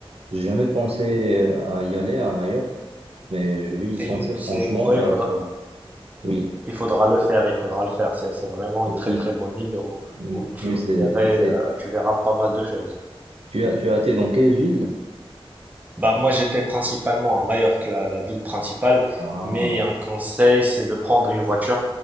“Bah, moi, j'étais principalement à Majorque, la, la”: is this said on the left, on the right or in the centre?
Right